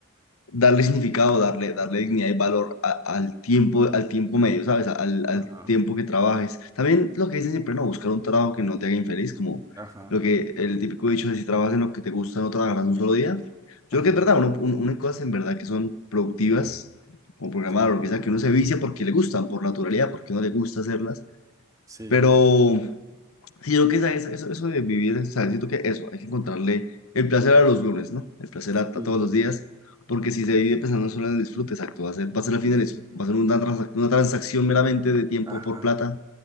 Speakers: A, on the left (about 75°); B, on the right (about 15°).
A: darle significado, darle, darle dignidad y valor a- al tiempo, al tiempo medio, ¿sabes? Al, al
B: Ajá,
A: tiempo que trabajes. También lo que dicen siempre, no, buscar un trabajo que no te haga infeliz, como
B: ajá,
A: lo que el típico dicho de si trabajas en lo que te gusta, no trabajarás un solo día. Yo
B: ajá,
A: creo que es verdad, uno, uno, uno hay cosas en verdad que son productivas, como programar
B: Sí.
A: o lo que sea, que uno se vicia porque le gustan, por naturalidad,
B: sí,
A: porque no le gusta hacerlas,
B: sí,
A: pero Sí, yo creo que esa- esa- eso, eso de vivir, o sea, siento que eso, hay que encontrarle el placer a los lunes, ¿no? El placer
B: sí,
A: a, a todos los días, porque si se vive pensando solo en el disfrute, exacto, va a ser, va a ser al
B: Ujú.
A: final eso, va a ser una, transac- una transacción meramente de tiempo
B: ajá,
A: por plata,